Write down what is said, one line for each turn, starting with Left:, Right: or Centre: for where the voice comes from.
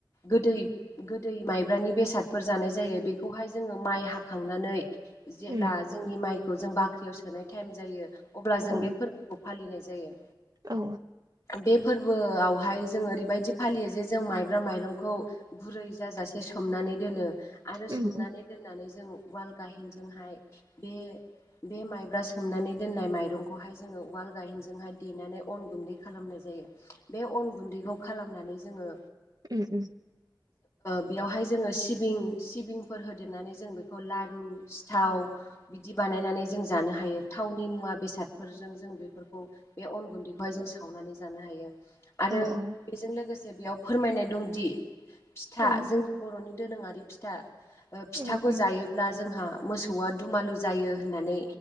Left: गोदै गोदै माइब्रानि बेसादफोर जानाय जायो बेखौहाय जोङो माइ हाखांनानै जेला
Right: उम
Left: जोंनि माइखौ जों बाख्रियाव सोनाय थायेम जायो अब्ला जों
Right: औ
Left: बे फोरबोखौ फालिनाय जायो।
Right: औ
Left: बे फोरबोआवहाय जों ओरैबायदि फालियो जे जों माइब्रा माइरंखौ गुरै जाजासे सोमनानै दोनो आरो सोमनानै
Right: उम
Left: दोननानै जों उवाल गाहेनजोंहाय बे बे माइब्रा सोमनानै दोननाय माइरंखौहाय जोङो उवाल गायेनजोंहाय देनानै अन गुन्दै खालामनाय जायो। बे अन गुन्दैखौ खालामनानै जोङो
Right: उम उम।
Left: बेयावहाय जोङो सिबिं सिबिंफोर होदेरनानै जों बेखौ लार रु सिथाव बिदि बानायनानै जों जानो हायो थावनि मुवा बेसादफोरजों जों बेफोरखौ बे अन गुन्दैखौहाय जों सावनानै जानो हायो आरो
Right: औ औ
Left: बेजों लोगोसे बेयाव फोरमायनाय दंदि फिथा
Right: उम
Left: जोंनि बर'नि दोरोङारि फिथा ओ फिथाखौ
Right: उम उम
Left: जायो। जोंहा मोसौआ दुमालु जायो होननानै